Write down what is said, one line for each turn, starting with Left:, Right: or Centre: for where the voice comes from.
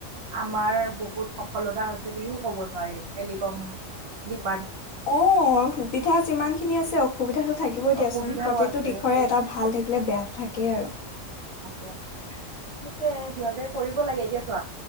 Right: আমাৰ বহুত সপ সফলতা হৈছে বুলিও ক'ব নোৱাৰি। টেলিকম দীপ
Left: অ', সুবিধা যিমানখিনি আছে অসুবিধা তত থাকিবই দিয়াচোন।
Right: অসুবিধাও
Left: প্ৰতিটো
Right: আছে
Left: দিশৰে
Right: সেই
Left: এটা ভাল থাকিলে বেয়াটো থাকেই আৰু।
Right: কে, সেইটোৱে সিহঁতে কৰিব লাগে এতিয়া চোৱা,